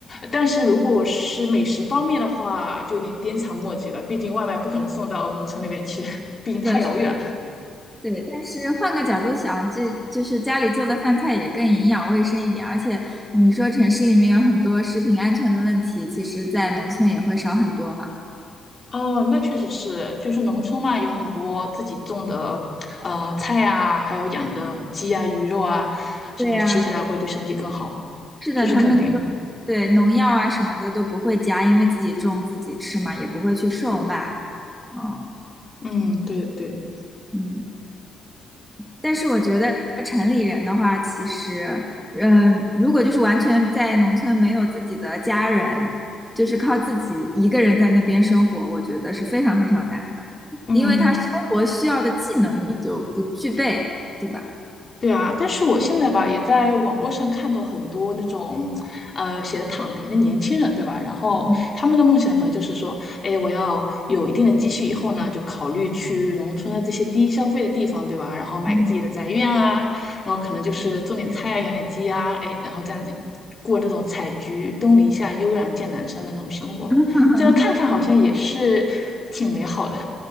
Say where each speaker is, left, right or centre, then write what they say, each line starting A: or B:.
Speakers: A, on the left (about 35°); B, in the centre.
A: 但是如果是美食方面的话，就有点鞭长莫及了。毕竟外卖不可能送到农村那边去，<laughs> 毕竟太遥远了。
B: 对。对，但是换个角度想，这就是家里做的饭菜也更营养卫生一点，而且你说城市里面有很多食品安全的问题，其实在农村也会少很多嘛。
A: 哦，那确实是，就是农村嘛，有很多自己种的，呃，菜啊，还有养的鸡啊、鱼肉啊，什么吃起来会对身体更好，
B: 对呀，是的，
A: 这是肯定的。
B: 他们就对农药啊什么的都不会加，因为自己种自己吃嘛，也不会去售卖。嗯
A: 嗯，对对，
B: 嗯。但是我觉得城里人的话，其实，嗯，如果就是完全在农村没有自己的家人，就是靠自己一个人在那边生活，我觉得是非常非常难的，
A: 嗯。
B: 因为他生活需要的技能你就不具备，对吧？
A: 对啊，但是我现在吧，也在网络上看到很多那种，呃，写的躺平的年轻人，对吧？然后他们的梦想可能就是说，
B: 嗯
A: 哎，我要有一定的积蓄以后呢，就考虑去农村的这些低消费的地方，对吧？然后买个自己的宅院啊，
B: <laughs>
A: 然后可能就是种点菜啊，养点鸡啊，哎，然后这样子过这种采菊东篱下，悠然见南山的那种生活嘛。
B: 嗯
A: 这样看看好像也是挺好的，